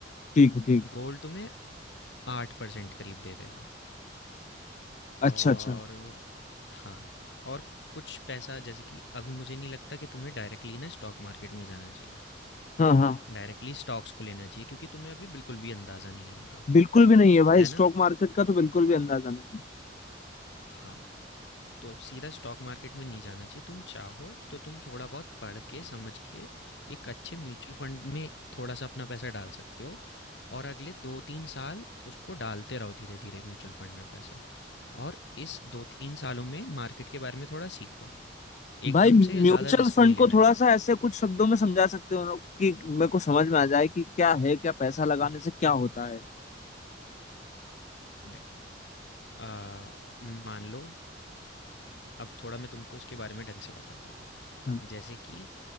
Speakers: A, on the left (about 40°); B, on the left (about 70°).
A: ठीक है ठीक
B: गोल्ड तुम्हें आठ परसेंट करीब दे देगा
A: है। अच्छा
B: और
A: अच्छा
B: हाँ और कुछ पैसा जैसे कि अभी मुझे नहीं लगता कि तुम्हें डायरेक्टली ना स्टॉक मार्केट में जाना चाहिए
A: हाँ हाँ
B: डायरेक्टली स्टॉक्स को लेना चाहिए क्योंकि तुम्हें अभी बिल्कुल भी अंदाज़ा नहीं है उनका
A: बिल्कुल भी नहीं है भाई
B: है
A: स्टॉक
B: ना
A: मार्केट का तो बिल्कुल भी अंदाजा नहीं है
B: हाँ तो सीधा स्टॉक मार्केट में नहीं जाना चाहिए। तुम चाहो तो तुम थोड़ा बहुत पढ़ के, समझ के एक अच्छे म्यूचुअल फंड में थोड़ा-सा अपना पैसा डाल सकते हो और अगले 2-3 साल उसको डालते रहो धीरे-धीरे म्यूचुअल फंड में पैसा। और इस 2-3 सालों में मार्केट के बारे में थोड़ा सीखो। एकदम
A: भाई म्यूचुअल
B: से ज़्यादा रिस्क
A: फंड
B: नहीं लेना
A: को थोड़ा
B: है।
A: सा ऐसे कुछ शब्दों में समझा सकते हो लोग कि मेरे को समझ में आ जाए कि क्या है क्या पैसा लगाने से क्या होता है
B: देखो अ, मान लो अब थोड़ा मैं तुमको इसके बारे में ढंग से बताता हूँ।
A: हाँ
B: जैसे कि